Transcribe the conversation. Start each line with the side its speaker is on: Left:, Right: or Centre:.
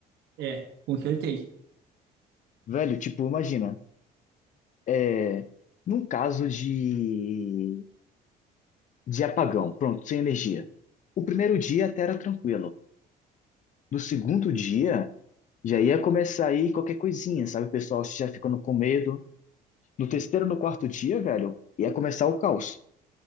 Right: É, com certeza.
Left: Velho, tipo, imagina. é, num caso de, de apagão, pronto, sem energia. O primeiro dia até era tranquilo. No segundo dia, já ia começar aí qualquer coisinha, sabe? O pessoal já ficando com medo. No terceiro, no quarto dia, velho, ia começar o caos.